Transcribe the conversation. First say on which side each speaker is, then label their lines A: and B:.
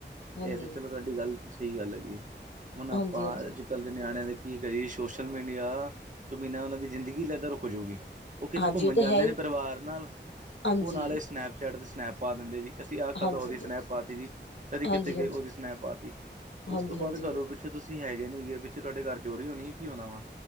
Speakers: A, on the left; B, on the right.
A: ਹਾਂਜੀ
B: ਇਹ ਤੇ ਚਲੋ ਤੁਹਾਡੀ ਗੱਲ ਸਹੀ ਗੱਲ ਹੈਗੀ। ਹੁਣ ਆਪਾਂ।
A: ਹਾਂਜੀ ਹਾਂਜੀ
B: ਕੱਲ ਦੇ ਨਿਆਣਿਆਂ ਦੇ ਕੀ ਕਰੀਏ ਸੋਸ਼ਲ ਮੀਡੀਆ ਤੋਂ ਬਿਨਾ ਉਹਨਾਂ ਦੀ ਜ਼ਿੰਦਗੀ ਲੈਦਾ ਰੋ ਜਾਊਗੀ। ਉਹ ਕਿਤੇ
A: ਹਾਂਜੀ
B: ਘੁੰਮਣ
A: ਤਾਂ
B: ਜਾਂਦੇ
A: ਹੈ ਹੀ
B: ਨੇ ਪਰਿਵਾਰ ਨਾਲ
A: ਹਾਂਜੀ
B: ਉਹ ਨਾਲੇ ਸਨੈਪਚੈਟ ਤੇ ਸਨੈਪ ਪਾ ਦਿੰਦੇ ਜੀ। ਅਸੀਂ ਆਖਾਧਾ
A: ਹਾਂਜੀ
B: ਉਹਦੀ
A: ਹਾਂਜੀ ਹਾਂਜੀ
B: ਸਨੈਪ ਪਾਤੀ ਜੀ ਕਦੀ ਕਿਥੇ
A: ਹਾਂਜੀ
B: ਗਏ ਉਹਦੀ ਸਨੈਪ ਪਾ ਤੀ
A: ਹਾਂਜੀ
B: ਉਸ ਤੋਂ
A: ਹਾਂਜੀ
B: ਬਾਅਦ ਘਰੋਂ ਪਿੱਛੇ ਤੁਸੀਂ ਹੈਗੇ ਨੀਗੇ ਪਿੱਛੇ ਤੁਹਾਡੇ ਘਰ ਚੋਰੀ ਹੋਣੀ ਹੈ ਕੀ ਹੋਣਾ ਵਾ।